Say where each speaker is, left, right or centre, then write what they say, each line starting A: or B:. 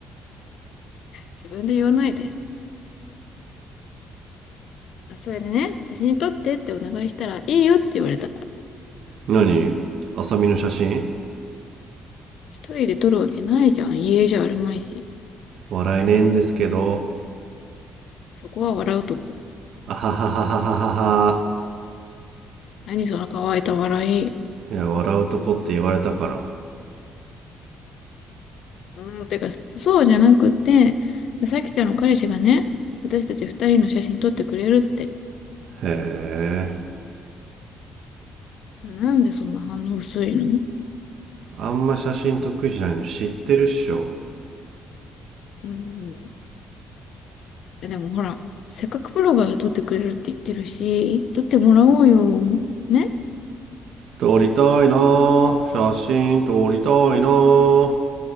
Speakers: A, on the left (about 70°); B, on the right (about 70°).
A: 自分で言わないで。あ、それでね、写真撮ってってお願いしたら、いいよって言われた。
B: 何あさみの写真
A: 一人で取るわけないじゃん。家じゃあるまいし。
B: 笑えねえんですけど
A: そこは笑うとこ。
B: あはははははは
A: 何その乾いた笑い。
B: いや笑うとこって言われたから
A: うん、てか、そうじゃなくて、さきちゃんの彼氏がね、私たち二人の写真撮ってくれるって。
B: へえ
A: なんでそんな反応薄いの
B: あんま写真得意じゃないの知ってるっしょ
A: うん。でもほら、せっかくブロガーが撮ってくれるって言ってるし、撮ってもらおうよ。ね
B: 撮りたいなぁ写真撮りたいなぁ